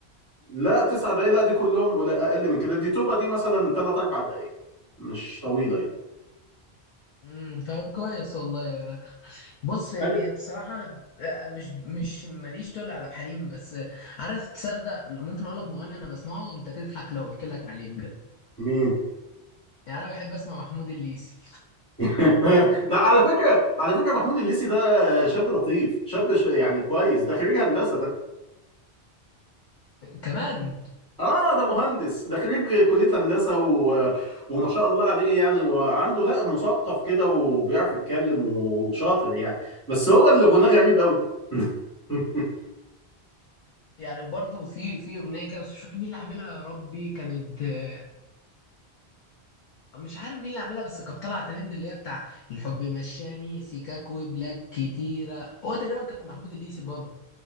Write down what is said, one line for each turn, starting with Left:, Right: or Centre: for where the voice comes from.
Centre: لا تسع دقايق لا دي كلهم ولا اقل من كده دي توبه دي مثلا ثلاث اربع دقايق مش طويله يعني
Left: امم طب كويس والله بص يعني
Centre: حلو.
Left: بصراحة أنا ب- آه، مش مش ماليش تقول على عبد الحليم بس عارف تصدق ممكن أقول لك مغني أنا بسمعه أنت تضحك لو قلت لك عليه بجد
Centre: مين
Left: يعني أنا بحب أسمع محمود الليثي
Centre: <laughs> لا على فكره على فكره محمود الليسي ده شاب لطيف شاب ش... يعني كويس ده خريج هندسه
Left: وال-
Centre: ده
Left: كمان
Centre: اه ده مهندس ده خريج كلية هندسة و... وما شاء الله عليه يعني وعنده لا مثقف كده وبيعرف يتكلم وشاطر يعني بس هو اللي غناه غريب قوي <laughs>
Left: يعني برضو في في أغنية كده بس مش فاكر مين اللي عاملها يا ربي كانت آه، مش عارف مين اللي عاملها بس كانت طالعة ترند اللي هي بتاع الحب مشاني سيكاك وبلاك كتيرة هو تقريبا كان محمود الليثي برضه